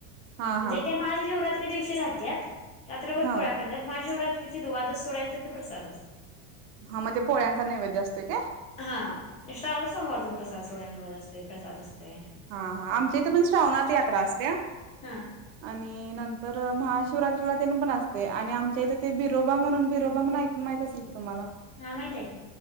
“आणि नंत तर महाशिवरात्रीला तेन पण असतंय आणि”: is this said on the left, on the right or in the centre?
Right